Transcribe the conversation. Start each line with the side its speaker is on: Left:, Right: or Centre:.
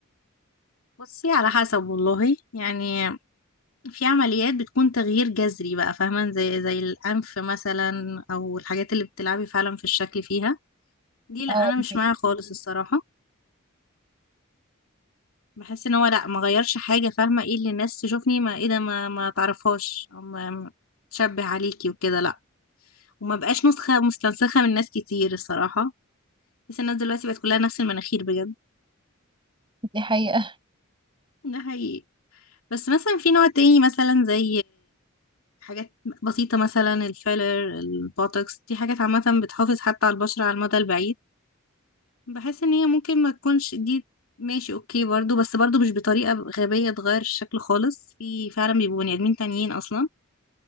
Left: بصي على حسب والله يعني في عمليات بتكون تغيير جذري بقى فاهمه زي زي الانف مثلا او الحاجات اللي بتلعبي فعلا في الشكل فيها دي لا
Right: اه
Left: انا
Right: دي
Left: مش
Right: حقيقة
Left: معاها خالص الصراحه بحس ان هو لا ما غيرش حاجه فاهمه ايه اللي الناس تشوفني ما ايه ده ما ما تعرفهاش او ما ما تشبه عليكي وكده لا وما بقاش نسخه مستنسخه من ناس كتير الصراحه بس الناس دلوقتي بقت كلها نفس المناخير بجد
Right: دي حقيقة
Left: ده حقيقي بس مثلا في نوع تاني مثلا زي حاجات بسيطة مثلا الفيلر البوتوكس دي حاجات عامة بتحافظ حتى على البشرة على المدى البعيد بحس ان هي ممكن ما تكونش دي ماشي اوكي برضو بس برضو مش بطريقة غبية تغير الشكل خالص في فعلا بيبقوا بني ادمين تانيين اصلا